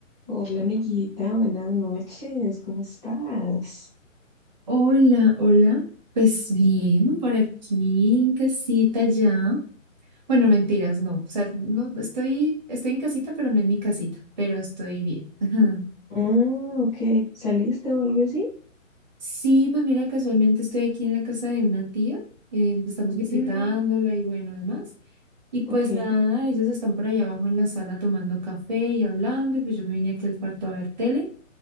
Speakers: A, in the centre; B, on the right (about 30°).
A: Hola amiguita, buenas noches, ¿cómo estás?
B: Hola, hola. Pues bien, por aquí en casita ya. Bueno, mentiras, no. O sea, no estoy, estoy en casita, pero no en mi casita, pero estoy bien. Ajá.
A: Ah, ok, ¿saliste o algo así?
B: Sí, pues mira, casualmente estoy aquí en la casa de una tía. eh, estamos visitándola
A: Mm,
B: y bueno, demás. Y pues
A: ok,
B: nada, ellas están por allá abajo en la sala tomando café y hablando, y pues yo me vine aquí al cuarto a ver tele.